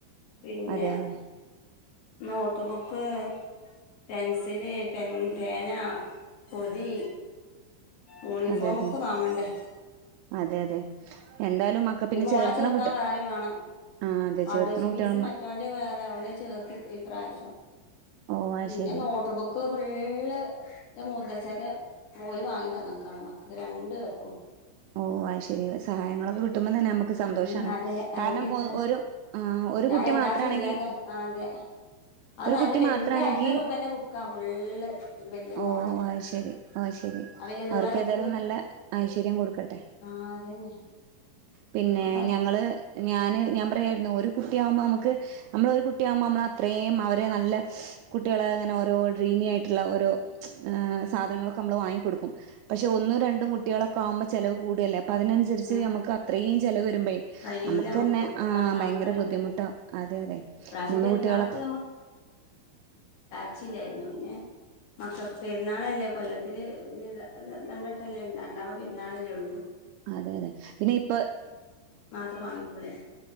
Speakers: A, on the left (about 60°); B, on the right (about 85°).
A: പിന്നെ
B: അതെ അതെ
A: no notebook pencil pen പേന പൊതി യൂണിഫോമൊക്കെ
B: അതെ അതെ
A: വാങ്ങണ്ടേ
B: അതെ അതെ എന്തായാലും മക്ക
A: ഇനി
B: പിന്നെ
A: മോളെ
B: ചേർത്തണ
A: ചേർത്താൻ
B: കുട്ടി
A: വേറെം വേണം.
B: ആ അതെ
A: അട്മിഷ
B: ചേർത്തണ കുട്ടികള
A: ഫീസ് മറ്റൊന്റെ വേറെ ഓനെ ചേർത്തി ഇ ഇപ്രാഷ്യം
B: ഓ അത്
A: പിന്നെ
B: ശരി
A: നോട്ട് ബുക്ക് ഫുള്ള് ന്റെ മൂത്തചന്റെ ഓര് വാങ്ങി തന്നക്കാണ് മക്കക്ക് രണ്ടു പേർക്കും
B: ഓ അ ശരി സഹായങ്ങളൊക്കെ കി ട്ടുമ്പ തന്നെ നമുക്ക്
A: ഉം
B: സന്തോഷാണ്
A: അതെ അല്ലെങ്കി
B: കാരണം
A: എത്ര
B: ഒ ഒരു ആ ഒരു
A: ഞാൻ
B: കുട്ടി
A: എന്താ
B: മാത്രാണെങ്കി
A: ചെയ്യാ അതെ അത്
B: ഒരു
A: നല്ല
B: കുട്ടി
A: വല്യ
B: മാത്രാണെങ്കി
A: ഐമ്പതുരൂപേന്റെ ബുക്കാ ഫുള്ള് വല്യ
B: ഓ
A: മോന്
B: ആ ശരി ഒശരി
A: ആ വല്യ നീളല്ല
B: അവർക്ക്
A: ബുക്ക്
B: ഏതായാലും നല്ല ഐശ്വര്യം കൊട്ക്കട്ടെ
A: ആ അതന്നെ
B: പിന്നെ
A: ഞാൻ പറ
B: ഞങ്ങള് ഞാന് ഞാൻ പറയുയാരുന്നു ഒരു കുട്ടിയാമ്പോ നമുക്ക് നമ്മള് ഒരു കുട്ടിയാമ്പോ നമ്മള് അത്രയും അവരെ നല്ല കുട്ടികളെ അങ്ങനെ ഓരോ ഡ്രീമി ആയിട്ടുള്ള ഓരോ സാധനങ്ങളൊക്കെ നമ്മള് വാങ്ങിക്കൊടുക്കും. പക്ഷെ ഒന്നും രണ്ടും കുട്ടികളൊക്കെ ആമ്പോ ചെിലവ് കൂടുഅല്ലേ അ അതിനനുസരിച്ച്
A: ആ
B: ഞമ ത്രയും ചെലവ് ഇമ്പേ
A: കഴിയൂല
B: നമക്കന്നെ
A: നമുക്ക് ഒക്കെപ്പാടെ
B: ആ
A: താങ്ങാൻ
B: ഭയങ്കര
A: കഴിയൂല
B: ബുദ്ധിമുട്ടാവും. അതെ അതെ
A: ഇപ്രാവശ്യം
B: മൂന്ന്
A: പെരുന്നാൾക്ക്
B: കുട്ടികളൊക്ക്
A: ച്ചില്ലായിരുന്നു. പിന്നെ മക്കക്ക് പെരുന്നാളല്ലേ.. കൊല്ലത്തില് പിന്നെ ര ര രണ്ടട്ടല്ലേ ഉണ്ടാ ഉണ്ടാ പെരുന്നാളല്ലേ ഒള്ളൂ
B: അതെ അതെ പിന്നെ ഇപ്പ
A: മാത്രം വാങ്ങിട്ടുള്ളേ